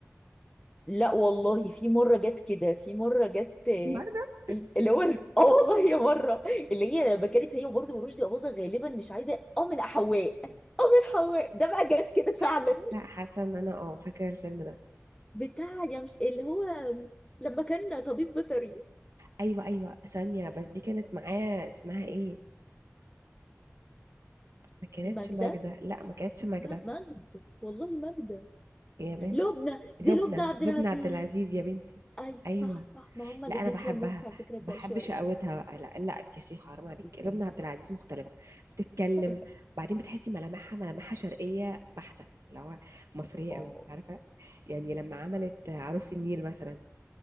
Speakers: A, on the left; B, on the right.
A: لا والله في مرة جت كده في مرة جت آه،
B: برضه
A: اللي هو اه والله يا مرة اللي هي لما كانت هي وبرده ورشدي أباظة غالبا مش عايزة اه من حواء اه من حواء ده بقى جت كده فعلا
B: حاسه حاسه ان انا اه فاكره الفيلم ده
A: بتاع يا مش اللي هو لما كان طبيب بيطري
B: ايوه ايوه ثانيه بس دي كانت معاه اسمها ايه ما كانتش
A: دي ماجدة
B: ماجدة لا ما كانتش ماجدة
A: لا ماجد والله ماجدة
B: يا بنتي
A: لبنى دي
B: لبنى
A: لبنى عبد
B: لبنى
A: العزيز
B: عبد العزيز يا بنتي
A: ايوه
B: ايوه
A: صح صح ما هما
B: لا
A: الاتنين
B: انا بحبها
A: فيهم نفس على فكرة
B: بحب
A: ده شوية
B: شقاوتها لا لا يا شيخ حرام عليك
A: جدا
B: لبنى عبد العزيز مختلفه بتتكلم
A: <laughs>
B: بعدين بتحسي ملامحها ملامحها شرقيه بحته اللي هو مصريه
A: اه
B: قوي عارفه يعني لما عملت عروس النيل مثلا